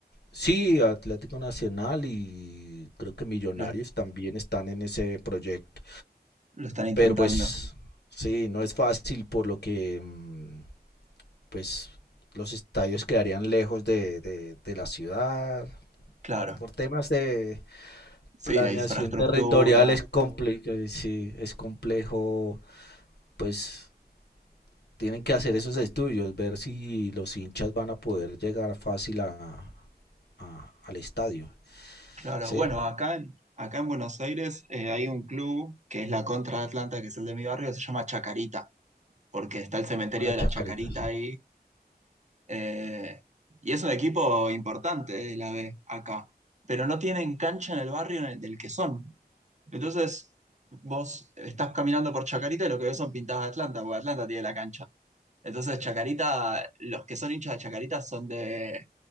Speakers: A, on the left; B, on the right.
A: Sí, Atlético Nacional y creo que Millonarios
B: lo,
A: también están en ese proyecto.
B: lo están intentando,
A: Pero pues sí, no es fácil por lo que mm, pues los estadios quedarían lejos de, de- de la ciudad.
B: claro.
A: Por temas de planeación
B: Sí, de infraestructura,
A: territorial es complejo, sí, es complejo pues Tienen que hacer esos estudios, ver si los hinchas van a poder llegar fácil a, a- al estadio,
B: claro.
A: ¿sí?
B: Bueno, acá en, acá en Buenos Aires eh, hay un club que es la contra de Atlanta, que es el de mi barrio, que se llama Chacarita porque está el cementerio
A: Ah,
B: de la
A: Chacarita.
B: Chacarita ahí Eh, y es un equipo importante, eh, la B, acá. Pero no tienen cancha en el barrio en el del que son. Entonces, vos estás caminando por Chacarita y lo que ves son pintadas de Atlanta, porque Atlanta tiene la cancha. Entonces, Chacarita, los que son hinchas de Chacarita son de,